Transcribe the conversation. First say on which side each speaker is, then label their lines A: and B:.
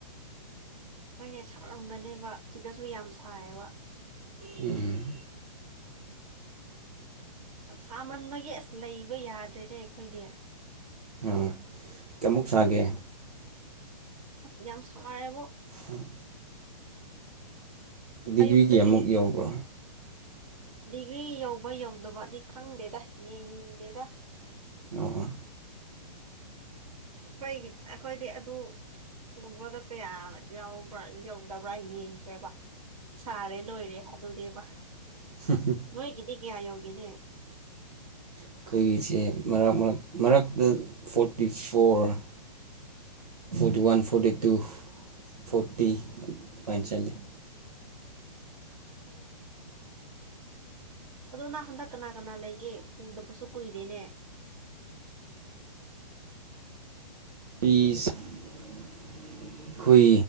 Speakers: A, on the right; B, on the right.
A: ꯍꯣꯏꯅꯦ ꯁꯔꯝꯒꯅꯦꯕ ꯁꯤꯗꯁꯨ ꯌꯥꯝ ꯁꯥꯏꯌꯦꯕ
B: ꯎꯝ
A: ꯁꯥꯃꯟꯕꯒꯤ ꯑꯁ ꯂꯩꯕ ꯌꯥꯗ꯭ꯔꯦꯅꯦ ꯑꯩꯈꯣꯏꯗꯤ
B: ꯑꯥ ꯀꯌꯥꯃꯨꯛ ꯁꯥꯒꯦ
A: ꯑꯁ ꯌꯥꯝ ꯁꯥꯔꯦꯕꯣ
B: ꯎꯝ ꯗꯤꯒ꯭ꯔꯤꯒꯤ
A: ꯑꯌꯨꯛꯇꯒꯤ
B: ꯑꯃꯨꯛ ꯌꯧꯕ꯭ꯔꯣ
A: ꯗꯤꯒ꯭ꯔꯤ ꯌꯧꯕ ꯌꯧꯗꯕꯗꯤ ꯈꯪꯗꯦꯗ ꯌꯦꯡꯅꯤꯡꯗꯦꯗ
B: ꯑꯣ
A: ꯑꯩꯈꯣꯏꯒꯤ ꯑꯩꯈꯣꯏꯗꯤ ꯑꯗꯨ ꯒꯨꯝꯕꯒ ꯀꯌꯥ ꯌꯥꯎꯕ꯭ꯔꯥ ꯌꯧꯗꯕ꯭ꯔꯥ ꯌꯦꯡꯗ꯭ꯔꯦꯕ ꯁꯥꯔꯦ ꯂꯣꯏꯔꯦ ꯑꯗꯨꯅꯦꯕ
B: <unintelligible>
A: ꯅꯣꯏꯒꯤꯗꯤ ꯀꯌꯥ ꯌꯧꯒꯦꯅꯦ
B: ꯑꯩꯈꯣꯏꯒꯤꯁꯦ ꯃꯔꯛ ꯃꯔꯛ ꯃꯔꯛꯇ forty for forty one forty two forty ꯑꯗꯨꯃꯥꯏꯅ ꯆꯠꯂꯦ
A: ꯎꯝ ꯑꯗꯣ ꯅꯪ ꯍꯟꯗꯛ ꯀꯅꯥ ꯀꯅꯥ ꯂꯩꯒꯦ ꯎꯗꯕꯁꯨ ꯀꯨꯏꯔꯦꯅꯦ
B: ꯄꯤꯁ ꯑꯩꯈꯣꯏ